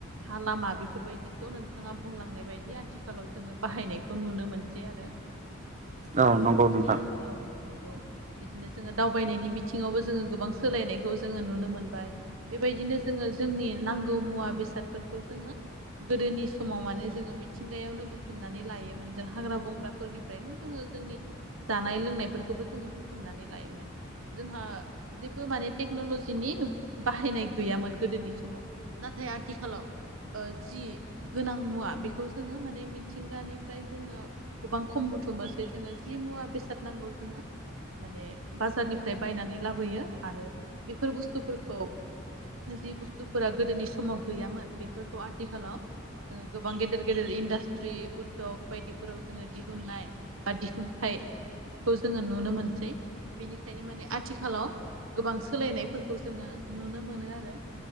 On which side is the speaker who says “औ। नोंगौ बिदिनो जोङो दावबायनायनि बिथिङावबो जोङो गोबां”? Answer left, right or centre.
Right